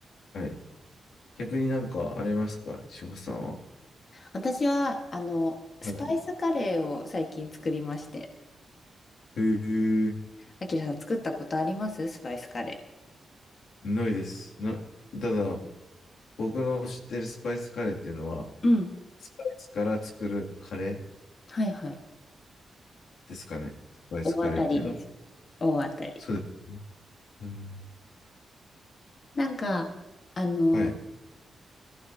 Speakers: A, on the left; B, on the left.
A: はい。逆になんかありますか千穂さんは。
B: 私は、あの、スパイスカレーを最近作りまして。
A: はいへえ、
B: あきらさん作ったことありますスパイスカレ
A: ないです。な、ただ、僕の知ってるスパイスカレーっていうのは、
B: うん。
A: スパイスから作るカレー
B: はいはい。
A: ですかね。スパイスカレーっていうのは。
B: ー。大当たりです。大当たり。
A: そうです。うん。
B: なんか、あの、
A: はい。